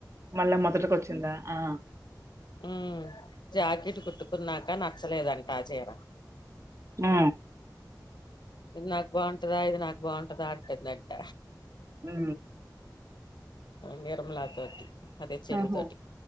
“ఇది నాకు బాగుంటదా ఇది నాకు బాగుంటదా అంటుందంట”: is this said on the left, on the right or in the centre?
Left